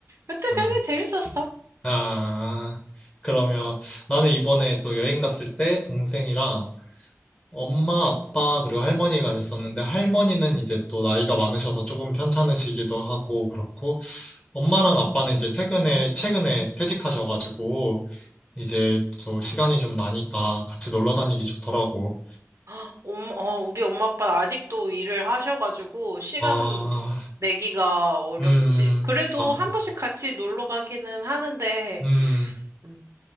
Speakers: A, on the right (about 65°); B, on the left (about 25°).
A: 여튼
B: 음.
A: 그게 재밌었어.
B: 아, 그러면 나는 이번에 또 여행 갔을 때 동생이랑
A: <gasps>
B: 엄마, 아빠, 그리고 할머니 가셨었는데, 할머니는 이제 또 나이가 많으셔서 조금 편찮으시기도 하고, 그렇고, 엄마랑 아빠는 이제 퇴근에, 최근에 퇴직하셔가지고, 이제 또 시간이 좀 나니까 같이 놀러 다니기 좋더라고.
A: 헉, 엄, 어, 우리 엄마 아빠 아직도 일을 하셔가지고 시간
B: 아,
A: 내기가 어렵지.
B: 음,
A: 그래도
B: 맞아.
A: 한 번씩 같이 놀러 가기는 하는데,
B: 음,
A: 음,